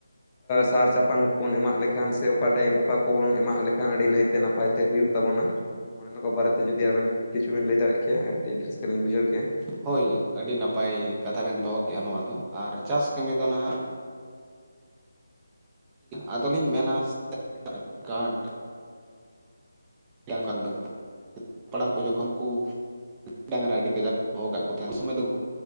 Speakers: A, on the left (about 25°); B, on the right (about 15°).
A: ᱥᱟᱨ ᱪᱟᱯᱟᱱ ᱵᱚᱱ ᱮᱢᱟᱜ ᱞᱮᱠᱷᱟᱱ ᱥᱮ ᱚᱠᱟ ᱴᱟᱭᱤᱢ ᱚᱠᱟ ᱠᱚᱵᱚᱱ ᱮᱢᱟᱜ ᱞᱮᱠᱷᱟᱱ ᱟᱹᱰᱤ ᱱᱟᱹᱭᱛ ᱛᱮ ᱱᱟᱯᱟᱭ ᱛᱮ ᱦᱩᱭᱩᱜ ᱛᱟᱵᱚᱱᱟ ᱚᱱᱮ ᱚᱱᱟ ᱠᱚ ᱵᱟᱨᱮᱛᱮ ᱡᱩᱫᱤ ᱟᱵᱮᱱ ᱠᱤᱪᱷᱩ ᱵᱮᱱ ᱞᱟᱹᱭ ᱫᱟᱲᱮᱜ ᱠᱮᱭᱟ ᱟᱨ ᱟᱹᱰᱤ ᱨᱟᱹᱥᱠᱟᱹ ᱞᱤᱧ ᱵᱩᱡᱷᱟᱹᱣ ᱠᱮᱭᱟ᱾
B: ᱦᱳᱭ ᱟᱹᱰᱤ ᱱᱟᱯᱟᱭ ᱠᱟᱛᱷᱟ ᱵᱮᱱ ᱫᱚᱦᱚ ᱠᱮᱜᱼᱟ ᱱᱚᱣᱟ ᱫᱚ ᱟᱨ ᱪᱟᱥ ᱠᱟᱹᱢᱤ ᱫᱚ ᱱᱟᱜᱷ ᱟᱫᱚᱞᱤᱧ ᱢᱮᱱᱟ <unintelligible>
A: ᱦᱮᱸ
B: ᱠᱟᱨᱰ <unintelligible> ᱦᱟᱯᱲᱟᱢ ᱠᱚ ᱡᱚᱠᱷᱚᱱ ᱠᱩ ᱰᱟᱝᱨᱟ ᱟᱹᱰᱤ ᱠᱟᱡᱟᱠ ᱦᱚᱦᱚ ᱠᱟᱜ ᱠᱚ ᱛᱟᱦᱮᱱ ᱩᱱ ᱥᱚᱢᱚᱭ ᱫᱚ